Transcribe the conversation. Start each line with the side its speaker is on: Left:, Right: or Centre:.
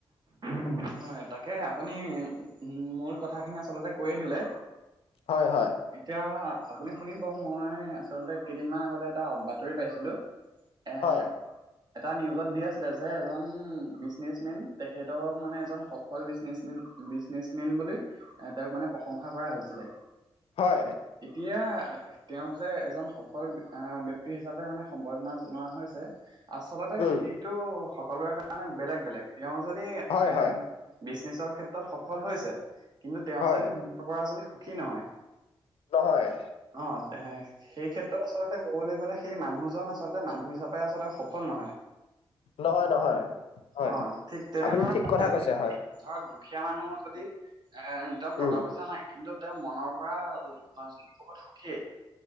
Right: ওম, হয়, তাকে আপুনি মূল কথাখিনি আচলতে কৈয়ে দিলে।
Left: হয় হয়।
Right: এতিয়া আপুনি শুনিব, মই আচলতে কেইদিন মান আগতে এটা বাতৰি পাইছিলো। এ,
Left: হয়
Right: এটা নিউজত দি আছিলে যে এজন বিজনেচ মেন তেখেতক মানে এজন সফল বিজনিচমেন, বিজনেচমেন বুলি এ, তেওঁক মানে প্ৰশংসা কৰা হৈছিলে।
Left: হয়।
Right: এতিয়া তেওঁক যে এজন সফল আহ, ব্যক্তি হিচাপে মানে সম্বৰ্ধনা জনোৱা হৈছে। আচলতে
Left: উম
Right: সেইটো সকলোৰে কাৰণে বেলেগ বেলেগ, তেওঁ যদি এ
Left: হয় হয়
Right: বিজনেছৰ ক্ষেত্ৰত সফল হৈছে, কিন্তু তেওঁ
Left: হয়
Right: যদি <unintelligible> পৰা যদি সুখী নহয়
Left: নহয়।
Right: অ', তেহে সেই ক্ষেত্ৰত আচলতে ক'বলৈ গ'লে, সেই মানুহজন আচলতে মানুহ হিচাপে আচলতে সফল নহয়।
Left: নহয় নহয়, হয়।
Right: অ ঠিক তেনেদৰে
Left: আপুনি ঠিক কথা
Right: এজন
Left: কৈছে হয়
Right: <unintelligible> দুখীয়া মানুহৰ যদি এনতৰ টকা-পইচা
Left: উম
Right: নাই, কিন্তু তেওঁ মনৰ পৰা <unintelligible> বহুত সুখী,